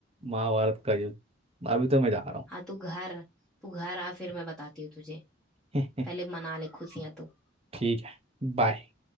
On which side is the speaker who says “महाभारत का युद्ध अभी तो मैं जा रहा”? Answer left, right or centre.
Right